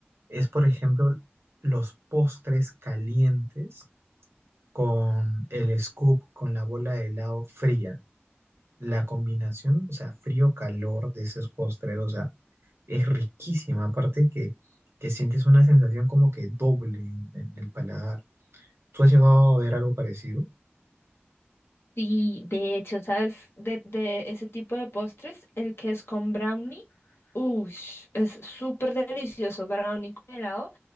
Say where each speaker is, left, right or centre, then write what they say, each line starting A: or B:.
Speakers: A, on the right (about 75°); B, on the left (about 65°).
A: es por ejemplo los postres calientes con el scoop, con la bola de helado fría. La combinación, o sea, frío-calor de esos postres, o sea, es riquísima. Aparte que, que sientes una sensación como que doble en, en el paladar. ¿Tú has llegado a ver algo parecido?
B: Sí, de hecho, ¿sabes? De, de ese tipo de postres, el que es con brownie, uff, es súper delicioso, brownie con helado,